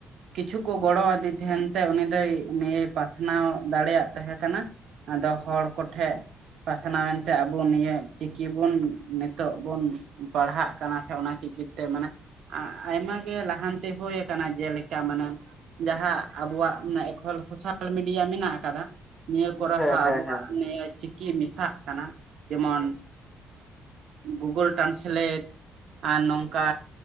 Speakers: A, on the right; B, on the left.
A: ᱠᱤᱪᱷᱩ ᱠᱚ ᱜᱚᱲᱚᱣᱟᱫᱮ ᱛᱟᱦᱮᱱ ᱛᱮ ᱩᱱᱤ ᱫᱚᱭ ᱱᱤᱭᱟᱹ ᱯᱟᱥᱱᱟᱣ ᱫᱟᱲᱮᱭᱟᱜ ᱛᱟᱦᱮᱸ ᱠᱟᱱᱟ ᱟᱫᱚ ᱦᱚᱲ ᱠᱚᱴᱷᱮᱱ ᱯᱟᱥᱱᱟᱣ ᱮᱱᱛᱮ ᱟᱵᱚ ᱱᱤᱭᱟᱹ ᱪᱤᱠᱤ ᱵᱩᱱ ᱱᱤᱛᱚᱜ ᱵᱩᱱ ᱯᱟᱲᱦᱟᱜ ᱠᱟᱱᱟ ᱥᱮ ᱚᱱᱟ ᱪᱤᱠᱤ ᱛᱮ ᱢᱟᱱᱮ ᱟᱭᱢᱟ ᱜᱮ ᱞᱟᱦᱟᱱᱛᱤ ᱦᱩᱭ ᱟᱠᱟᱱᱟ ᱡᱮᱞᱮᱠᱟ ᱢᱟᱱᱮ ᱡᱟᱦᱟᱸ ᱟᱵᱚᱣᱟᱜ ᱮᱠᱷᱚᱱ ᱥᱳᱥᱟᱞ ᱢᱤᱰᱤᱭᱟ ᱢᱮᱱᱟᱜ ᱟᱠᱟᱫᱟ ᱱᱤᱭᱟᱹ ᱠᱚᱨᱮ
B: ᱦᱮᱸ
A: ᱦᱚᱸ
B: ᱦᱮᱸ
A: ᱟᱵᱚᱣᱟᱜ
B: ᱦᱮᱸ
A: ᱱᱤᱭᱟᱹ ᱪᱤᱠᱤ ᱢᱮᱥᱟᱜ ᱠᱟᱱᱟ ᱡᱮᱢᱚᱱ ᱜᱩᱜᱩᱞ ᱴᱟᱱᱥᱞᱮᱴ ᱟᱨ ᱱᱚᱝᱠᱟ